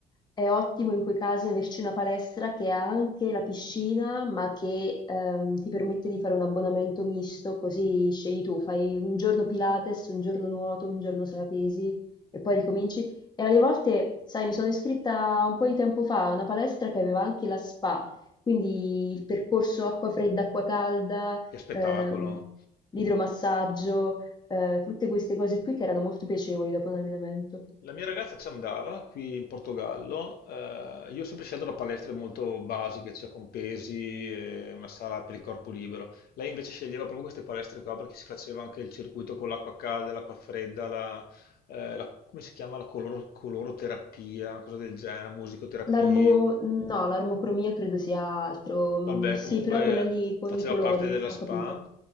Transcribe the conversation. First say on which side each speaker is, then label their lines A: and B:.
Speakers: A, on the left (about 25°); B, on the left (about 65°).
A: è ottimo in quei casi averci una palestra che ha anche la piscina, ma che ehm, ti permette di fare un abbonamento misto, così scegli tu, fai un giorno Pilates, un giorno nuoto, un giorno sala pesi e poi ricominci. E alle volte, sai, mi sono iscritta un po' di tempo fa a una palestra che aveva anche la spa, quindi il percorso acqua fredda, acqua calda,
B: Che spettacolo!
A: ehm, l'idromassaggio, eh, tutte queste cose qui che erano molto piacevoli dopo un allenamento.
B: La mia ragazza ci andava qui in Portogallo. eh, io ho sempre scelto da palestre molto basiche, cioè con pesi e una sala per il corpo libero. Lei invece sceglieva proprio queste palestre qua perché si faceva anche il circuito con l'acqua calda, l'acqua fredda, la, eh, la- come si chiama? La color- coloroterapia, una cosa del genere, musicoterapia.
A: L'armo... No, l'armocromia credo sia altro. Mm,
B: Vabbè,
A: Sì,
B: comunque
A: però quella lì con
B: faceva
A: i colori,
B: parte della
A: ho
B: SPA
A: capito.